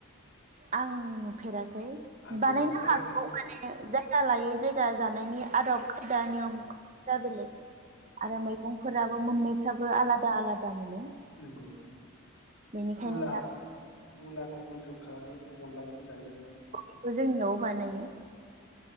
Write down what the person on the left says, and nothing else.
आंबो
नुफेराखै
खिन्थु उम
नंगौ
नोंगौ।
मुला मुला। खौ गुन्द्रु खालामना अनलाजों जायो।